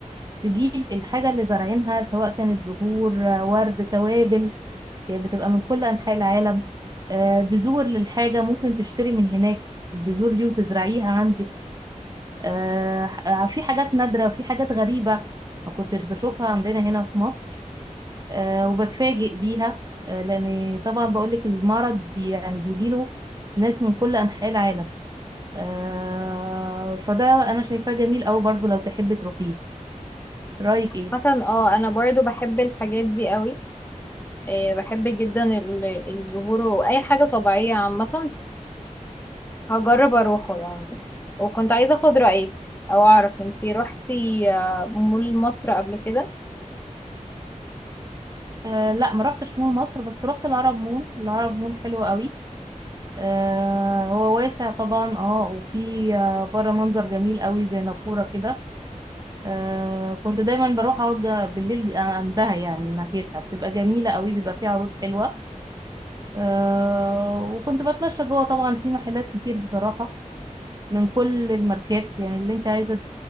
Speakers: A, on the right; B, on the left.
A: تجيب الحاجة اللي زارعينها سواء كانت زهور آه، ورد توابل بتبقى من كل أنحاء العالم آه، بذور للحاجة ممكن تشتري من هناك البذور دي وتزرعيها عندك آه، آه، في حاجات نادرة وفي حاجات غريبة ما كنتش بشوفها عندنا هنا في مصر آه، وبتفاجئ بيها آه، لأن طبعا بقولك المرض بي يعني بيجيله ناس من كل أنحاء العالم آه، فده أنا شايفاه جميل أوي برضو لو تحبي تروحيه رأيك إيه؟
B: مثلا اه انا برضو بحب الحاجات دي قوي آه، بحب جدا ال- الزهور واي حاجه طبيعيه عامه فهجرب اروحه يعني وكنت عايزه اخد رايك او اعرف انتي روحتي آه، مول مصر قبل كده
A: آه لا ما رحتش مول مصر بس رحت العرب مول العرب مول حلو قوي آه، هو واسع طبعا اه وفي آه، بره منظر جميل قوي زي نافورة كده آه، كنت دايما بروح اقعد بالليل عندها يعني ناحيتها بتبقى جميلة قوي بيبقى فيها عروض حلوة آه، وكنت بتمشى جوه طبعا في محلات كتير بصراحة من كل الماركات يعني اللي انت عايزة